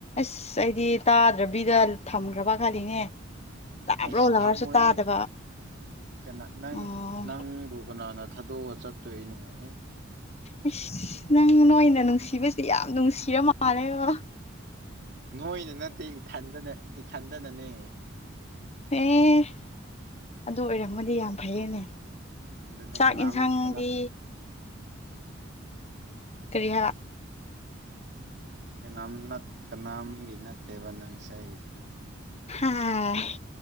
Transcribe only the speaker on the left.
ꯑꯁ ꯑꯩꯗꯤ ꯇꯥꯗ꯭ꯔꯥꯕꯤꯗ ꯊꯝꯈ꯭ꯔꯥꯕ ꯈꯜꯂꯤꯅꯦ ꯇꯥꯕ꯭ꯔꯣ
ꯂꯥꯎꯔꯁꯨ
ꯇꯥꯗꯕ
ꯑꯣ
ꯑꯁ ꯅꯪ ꯅꯣꯏꯅ ꯅꯨꯡꯁꯤꯕꯁꯦ ꯌꯥꯝ ꯅꯨꯡꯁꯤꯔ ꯃꯥꯜꯂꯦ ꯕ
ꯑꯦ ꯑꯗꯨ ꯑꯣꯏꯔꯝꯃꯗꯤ ꯌꯥꯝ ꯐꯩꯌꯦꯅꯦ
ꯆꯥꯛ
ꯏꯟꯁꯥꯡꯗꯤ
ꯀꯔꯤ ꯍꯥꯏꯕ
ꯑꯥꯏ